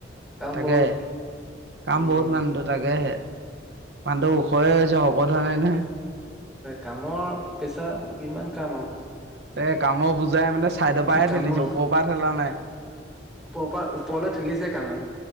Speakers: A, in the centre; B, on the right.
A: কাম
B: তাকে।
A: বহুত
B: কাম
A: উম
B: বহুত মানুহটো তাকেহে। মানুহটো ওখয়ে হৈছে সকলো ধৰণে নহয়।
A: কামৰ পেচাৰ কিমান কাম আৰু।
B: এ কাম বজ। জাই মানে চাইডৰ পৰাহে
A: কামৰ
B: ঠেলিছে ওপৰৰ পৰা ঠেলা নাই।
A: ওপৰপা ওপৰলে ঠেলিছে কামে